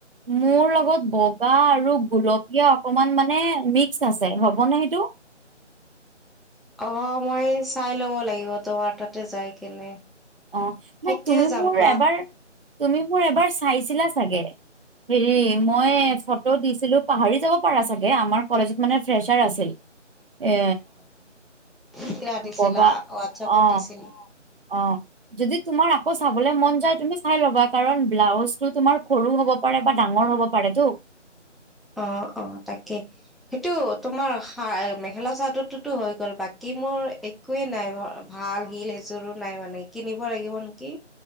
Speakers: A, on the right; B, in the centre.
A: মোৰ লগত বগা আৰু গুলপীয়া অকমান মানে মিক্স আছে, হ'বনে সেইটো।
B: অ মই চাই ল'ব লাগিব, তোমাৰ তাতে যাই কেনে।
A: অ, মানে
B: কেতিয়া
A: তুমি
B: যাম
A: মোৰ
B: কোৱা
A: এবাৰ, তুমি মোৰ এবাৰ চাইছিলা চাগে। হেৰি, মই ফটো দিছিলোঁ, পাহৰি যাব পাৰা চাগে আমাৰ কলেজত মানে ফ্ৰেচাৰ আছিল। এ
B: দিছিলা দিছিলা
A: বগা,
B: হোৱাটছএপত
A: অ।
B: দিছিলা।
A: অ, যদি তোমাৰ আকৌ চাবলে মন যায় তুমি চাই ল'বা কাৰণ ব্লাউজ টো তোমাৰ সৰু হ'ব পাৰে বা ডাঙৰ হ'ব পাৰেটো।
B: অ অ তাকে। সেইটো তোমাৰা মেখেলা চাদৰতোতো হৈ গ'ল বাকী মোৰ এক একোৱে নাই, ভাল শিল এযোৰো নাই মানে কিনিব লাগিব নেকি।